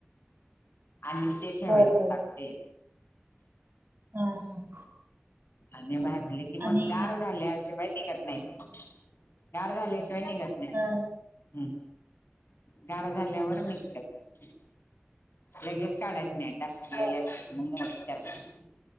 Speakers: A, on the left; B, on the right.
A: आणि ते ठेवायच
B: बर बर
A: ताट ते.
B: हा ह
A: आणि भाजले की मग
B: आणि
A: गार झाल्याशिवाय निघत नाहीत गार झाल्याशिवाय निघत नाहीत.
B: हा
A: हम् गार झाल्यावर निघत्यात. लगेच काढायच नाही <unintelligible> असत
B: होय
A: मग मोडत्यात.